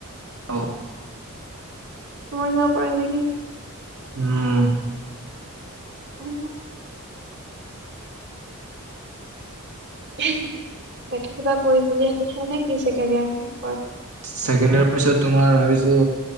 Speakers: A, on the right; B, on the right.
A: অ'।
B: তমাৰ কিবা, প, কি, নকি <inaudible>
A: উম।
B: উ। বাকী কিবা কৰিম বুলি ভাবিছা নে কি চাগেিয় <inaudible> আৰু
A: ছেকেণ্ড ইয়াৰ পিছত তোমাৰ ভাবিছো